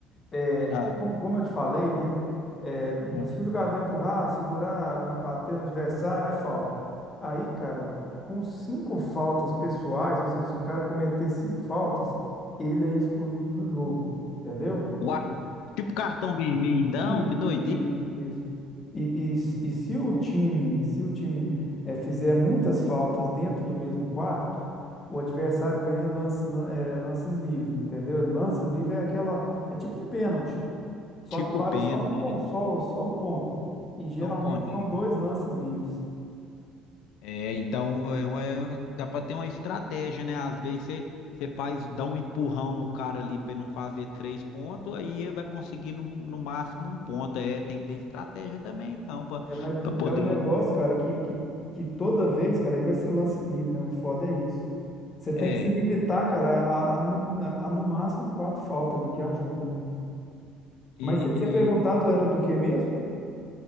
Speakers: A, on the left; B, on the left.
A: É,
B: Ah,
A: como, como eu te falei, né? é,
B: uhum.
A: se o jogador empurrar, segurar, bater no adversário, é falta. Aí, cara, com cinco faltas pessoais, ou seja, se um cara cometer cinco faltas, ele é excluído do jogo, entendeu?
B: Uai, tipo cartão vermelho, então,
A: Isso,
B: que doideira.
A: isso, isso. E, e, e se o time, se o time eh, fizer muitas faltas dentro do mesmo quarto, o adversário ganha lance, lan- eh, lances livres, entendeu? Lances livres é aquela, é tipo um pênalti, só
B: Tipo
A: que vale
B: pênalti,
A: só um, pon-
B: né?
A: só, só um ponto. E geralmente
B: Só um pontinho.
A: são dois lances livres.
B: É, então é, uma- é, uma- dá para ter uma estratégia, né? Às vezes você você faz, dá um empurrão no cara ali para não fazer três pontos, aí ele vai conseguir no, no máximo um ponto. É, tem que ter estratégia também, então, para
A: É, mas
B: poder.
A: é um negócio, cara, que, que, que toda vez, cara, aí vai ser lance livre, né? O foda é isso. Você tem
B: É,
A: que se limitar, cara, a, a, no, a, a no máximo quatro faltas ali que ajuda, né?
B: e,
A: Mas você tinha
B: e-
A: perguntado, era do que mesmo?